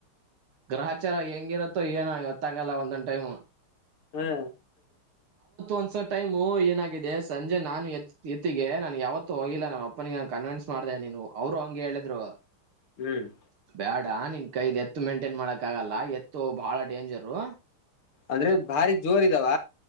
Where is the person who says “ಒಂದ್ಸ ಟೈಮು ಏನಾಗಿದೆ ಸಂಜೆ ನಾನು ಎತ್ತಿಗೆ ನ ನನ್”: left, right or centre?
Right